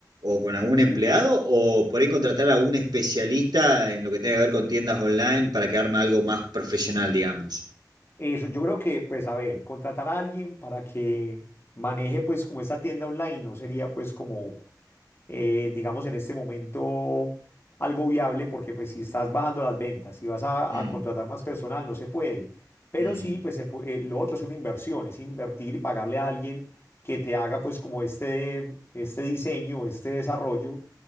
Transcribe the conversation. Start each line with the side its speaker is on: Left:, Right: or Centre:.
Right: o con
Left: Sí,
Right: algún empleado o por ahí contratar a un especialista en lo que tenga que ver con tiendas online para que arme algo más profesional, digamos.
Left: eso yo creo que, pues a ver, contratar a alguien para que maneje pues como esta tienda online no sería pues como eh, digamos, en este momento algo viable, porque pues si estás bajando las ventas, y vas a,
Right: Mm,
Left: a contratar más personal, no se puede. Pero
Right: mm,
Left: sí, pues se pu- eh, lo otro es una inversión, es invertir y pagarle a alguien que te haga pues como este, este diseño, este desarrollo,